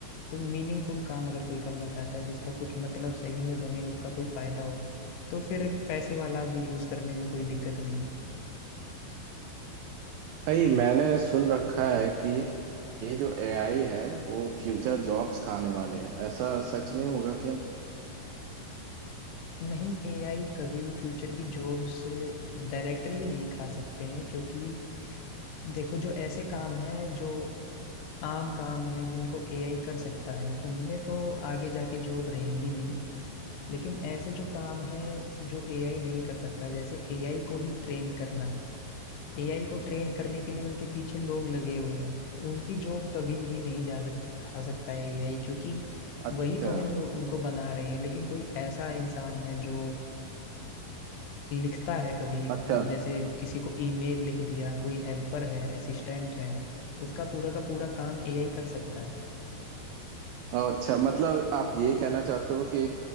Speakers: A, on the left (about 80°); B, on the right (about 85°).
A: कोई मीनिंगफुल काम अगर कोई करना चाहता है जिसका कुछ मतलब सही में बने उसका कोई फायदा हो तो फिर पैसे वाला भी यूज करने में कोई दिक्कत नहीं
B: भाई मैंने सुन रखा है कि ये जो एआई है वो फ्यूचर जॉब्स खाने वाले हैं ऐसा सच
A: है
B: में होगा क्या
A: नहीं एआई कभी भी फ्यूचर की जॉब्स डायरेक्टली नहीं खा सकते हैं क्योंकि देखो जो ऐसे काम हैं जो आम काम हैं जिनको एआई कर सकता है उनमें तो आगे जाके जॉब रहेंगी नहीं लेकिन ऐसे जो काम हैं जो एआई नहीं कर सकता जैसे एआई को ही ट्रेन करना एआई को ट्रेन करने के लिए उनके पीछे लोग लगे हुए हैं उनकी जॉब कभी भी नहीं जा सक, खा सकता है एआई क्योंकि
B: अच्छा
A: वही तो है जो उनको बना रहे हैं लेकिन कोई ऐसा इंसान है जो लिखता है कभी
B: अच्छा
A: जैसे किसी को ईमेल लिख दिया कोई हेल्पर है असिस्टेंट है उसका पूरा का पूरा काम एआई कर सकता है
B: अच्छा मतलब आप ये कहना चाहते हो कि